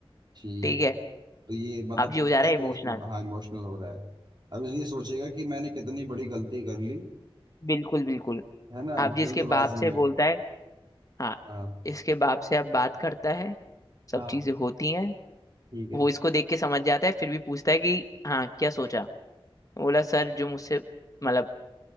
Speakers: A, on the right; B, on the left.
A: ठीक
B: ठीक
A: है
B: है
A: तो ये मतलब
B: अब ये
A: पढ़ता
B: हो जा रहा
A: है
B: है इमोशनल
A: तो इस हाँ इमोशनल हो रहा है अब ये सोचेगा कि मैंने कितनी बड़ी गलती कर ली
B: बिल्कुल बिल्कुल
A: है ना
B: आप जिसके
A: जल्दबाजी
B: बाप से
A: में
B: बोलता है हाँ
A: हाँ
B: इसके बाप से आप बात करता है सब
A: हाँ
B: चीजें होती हैं
A: ठीक है
B: वो इसको देख के समझ जाता है फिर भी पूछता है कि हाँ क्या सोचा बोला सर जो मुझसे मतलब